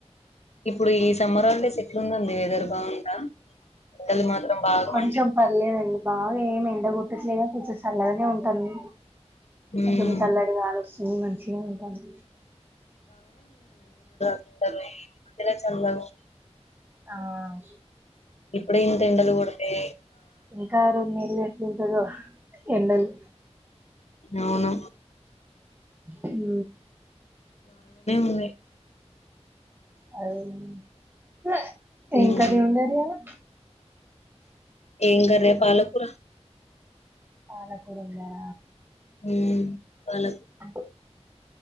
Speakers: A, on the left; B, on the right.
A: ఇప్పుడు ఈ సమ్మర్ హాలిడేస్ ఎట్లు నుంది వెదర్ బాగుందా ఎండలు మాత్రం బాగా
B: కొంచెం
A: మండిస్తున్నాయి.
B: పర్లేదండి బాగా ఏం ఎండగొట్టట్లేగా కొంచెం చల్లగానే ఉంటంది
A: హ్మ్
B: కొంచం చల్లడి గాల్ స్ ఊ మంచిగా ఉంటాంది
A: ఉండలే <unintelligible>
B: ఆ
A: ఇప్పుడే ఇంత ఎండలు కొడుతు ఏ
B: ఇంకా రెండు నెలలు ఎట్లుంటదో ఎండలు
A: అవును
B: హు
A: వే
B: అదే న
A: హ్మ్
B: ఎమ్ కర్రీ వండారు ఈ వాళ
A: ఏంగరే పాల కూర
B: పాలకూర వండార
A: హ్మ్ పాల క్
B: అ